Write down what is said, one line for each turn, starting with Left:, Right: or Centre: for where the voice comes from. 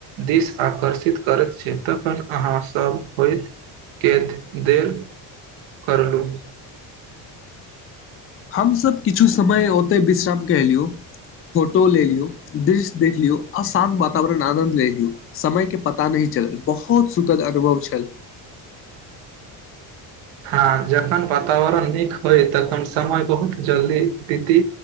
Right: दिश आकर्षित करैत छै तखन अहाँ सब होइत केत दे करलू
Left: हमसब किछु समय ओते विश्राम कलियो फोटो लेलियो दृश्य देख लियो आशान्त वातावरण आनन्द लेलियो समय के पता नहिी चलल बहुत सुखद अनुभव छल
Right: हँ जखन वातावरण नीक होय तखन समय बहुत जल्दी बीति